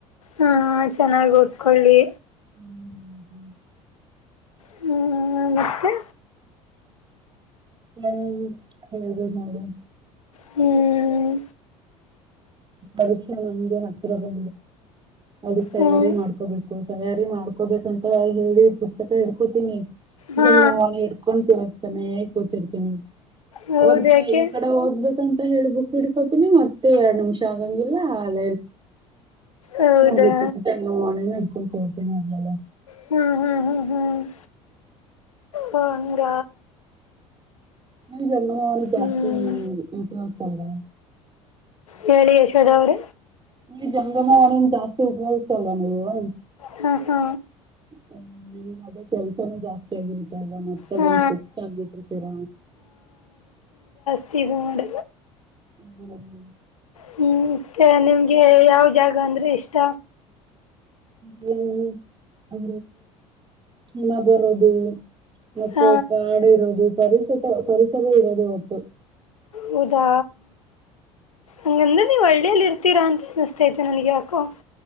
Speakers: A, on the left; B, on the right.
A: ಹ್ಮ ಚೆನ್ನಾಗಿ ಓದ್ಕೊಳ್ಳಿ.
B: ಹ್ಮ್ ಹ <inaudible>
A: ಹ್ಮ ಮತ್ತೆ.
B: ಹೌದು ಹೇಳಿದೆ ಮಾಡಳ
A: ಹ್ಮ್
B: ಪರಕ್ಷಾ ನಮಗೆ ಹತ್ತಿರದೆ ಅದಕ್ ತಯಾರಿ
A: ಹ್ಮ್
B: ಮಾಡ್ಕೋಬೇಕು. ತಯಾರಿ ಮಾಡ್ಕೊಬೇಕಂತ ಹೇಳಿ ಪುಸ್ತಕ ಹಿಡ್ಕೋತೀನಿ.
A: ಹಾ
B: ಜಂಗ ಮಾಡಳಿ ಎಡ್ಕೊಂಡು ತರತಾನನೆ ಕೂತರ್ತೇನೆ.
A: ಹೌದ
B: ದ್
A: ಯಾಕೆ
B: ಈ ಕಡೆ ಹೋಗ್ಬೇಕಂತ ಹೇಳ್ಬು ಹಿಡ್ಕೋತೀನಿ ಮತ್ತೆ ಎರಡ್ ನಿಮಿಷ. ಶಾಗಂಗಿರಿಲ್ಲ ಹಲ
A: ಹೌದಾ
B: ಹೋಗ ಚಂಗ ಮಾಡ. ಸತನೆಲ್ಲ ಅದ
A: ಹ್ಮ್ ಹ್ಮ್ ಹ್ಮ್ ಹ್ಮ್ ಹಂಗ
B: ನೀ ಜಂಗಮಳಿ ಜಾಸ್ತಿ
A: ಹ್ಮ್
B: ಉಪಯೋಗತಲ್ಲ.
A: ಹೇಳಿ ಯಶೋದವ್ರ
B: ಈ ಜಂಗಮ ಒಣನ್ ಜಾಸ್ತಿ ಉಪಯೋಗ್ತಲ್ಲ ನೀವು.
A: ಹಾ ಹಾ
B: ಹ್ಮ ನೀಗಾದದೇ ಕೆಲ್ಸಾನೂ ಜಾಸ್ತಿ ಆಗಿರುತ್ತೆ. ಲ್ಲ ಮತ್ತೆ
A: ಹಾ
B: ಬಂದು್ ಸುಸ್ತ ಆಗ್ಬಿಟ್ಟ್ರತೀರ.
A: ಸಿವೋಡ್
B: ಹ್ಮ್ ಹ್ಮ
A: ಹ್ಮ್ ಮತ್ತೆ ನಿಮ್ಗೆ ಯಾವ ಜಾಗ ಅಂದ್ರೆ ಇಷ್ಟ.
B: ಹ ಹಿಮಾ ಬರೋದು. ಮತ್ತೆ
A: ಹ
B: ಕಾಡು ಇರೋದು ಪರಿಸ ಪರಿಸರ ಇರೋದು ಒಟ್ಟು.
A: ಹೌದಾ ಅ ಎಲ್ಲಿ ನೀ ಒಳ್ಳೇಲ್ಲಿ ಇರ್ತೀರಾ ಅಂತ ಅನ್ನಿಸ್ತತೆ ನನ್ಗೆ ಯಾಕೋ.